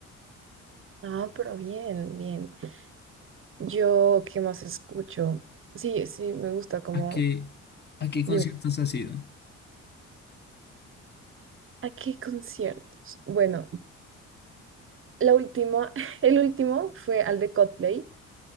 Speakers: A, on the right; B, on the left.
A: Ah, pero bien, bien. Yo, ¿qué más escucho? Sí, sí, me gusta como,
B: ¿A qué, a qué
A: dime,
B: conciertos has ido?
A: ¿a qué conciertos? Bueno, la última, <laughs> el último fue al de Coldplay,